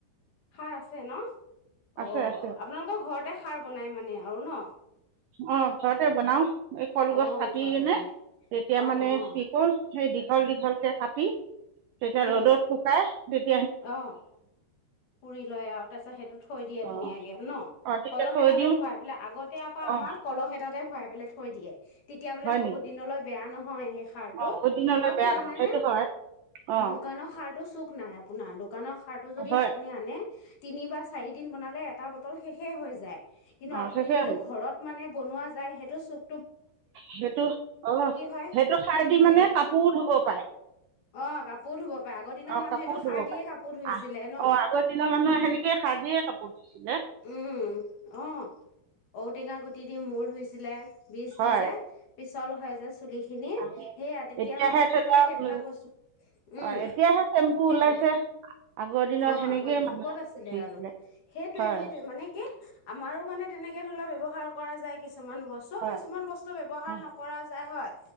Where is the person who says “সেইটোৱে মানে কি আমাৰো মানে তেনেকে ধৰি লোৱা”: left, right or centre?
Left